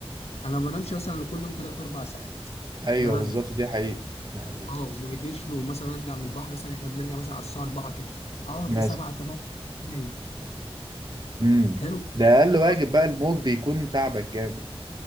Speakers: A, on the left (about 80°); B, on the right (about 45°).
A: انا ما بنامش مثلا لكل يوم 3 4 ساعات
B: ايوه
A: ده لازم
B: بالظبط دي حقيقة دي حقيقة
A: اه وما بجريش نوم مثلا ارجع من البحر مثلا احنا بنرجع مثلا على الساعه 4 كده اقعد
B: مثلا
A: ل 7 8 نايم
B: امم
A: حلو
B: ده اقل واجب
A: اصلا
B: بقى الموج بيكون تعبك جامد